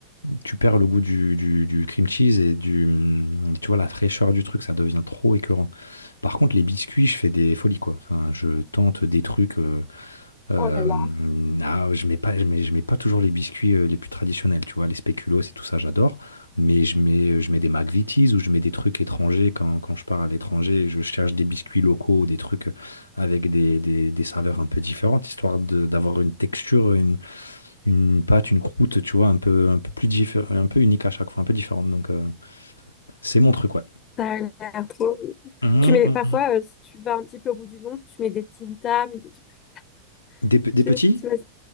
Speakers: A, on the left (about 80°); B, on the left (about 30°).
A: tu perds le goût du, du, du cream cheese et du, hum, tu vois, la fraîcheur du truc, ça devient trop écœurant. Par contre, les biscuits, je fais des folies, quoi. Enfin, je tente des trucs. euh, Heu,
B: Oh là
A: mmh,
B: là.
A: ah, je mets pas je mets je mets pas toujours les biscuits, heu, les plus traditionnels, tu vois? Les spéculoos et tout ça, j'adore, mais je mets, euh, je mets des McVitie's ou je mets des trucs étrangers quand quand je pars à l'étranger, je cherche des biscuits locaux ou des trucs, euh, avec des des des saveurs un peu différentes, histoire de d'avoir une texture, une une pâte, une croûte, tu vois? Un peu un peu plus diffé un peu unique à chaque fois, un peu différente, donc heu, c'est mon truc, ouais.
B: Ça a l'air trop-
A: Mmh,
B: Tu mets
A: mmh
B: parfois,
A: mh.
B: euh, si tu vas un petit peu au bout du monde, tu mets des Tim Tam et des trucs comme ça.
A: Des p des
B: Je sais-
A: petits?
B: pas si tu vois,